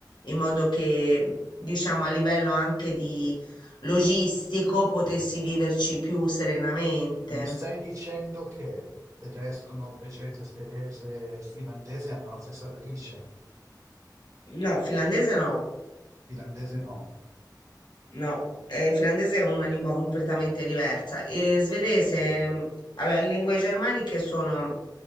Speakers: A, on the left; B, on the right.
A: in modo che, diciamo, a livello anche di logistico potessi viverci più serenamente.
B: Mi stai dicendo che tedesco, norvegese, svedese e finlandese hanno la stessa radice?
A: No, finlandese no.
B: Finlandese no.
A: No, eh, il finlandese è una lingua completamente diversa. E svedese, mh, allora, le lingue germaniche sono